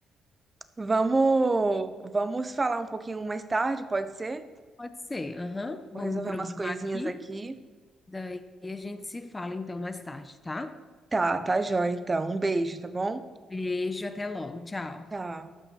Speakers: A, on the right; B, on the left.
A: Vamos vamos falar um pouquinho mais tarde, pode ser?
B: Pode ser, aham. Vou
A: Vou resolver
B: me programar
A: umas coisinhas
B: aqui.
A: aqui.
B: Daí a gente se fala então mais tarde, tá?
A: Tá, tá jóia então. Um beijo, tá bom?
B: Beijo, até logo. Tchau.
A: Tchau.